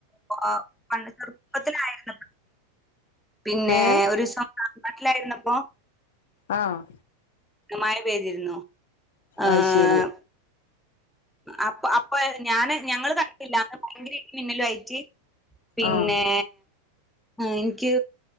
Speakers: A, in the centre; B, on the left.
A: <unintelligible> പണ്ട് ചെറുപ്പത്തിലായന്ന് പിന്നെ
B: ഏ
A: ഒരൂസം നാ നാട്ടിലായിരുന്നപ്പോ
B: ആഹ്
A: മഴ പെയ്തിരുന്നു ഏഹ്
B: അയ്ശരി
A: അപ്പ അപ്പ ഞാന് ഞങ്ങള് കണ്ടില്ലാ <unintelligible> ഭയങ്കര ഇടി മിന്നലായിറ്റ് പിന്നെ
B: ആഹ്
A: ആ ഇനിയ്ക്ക്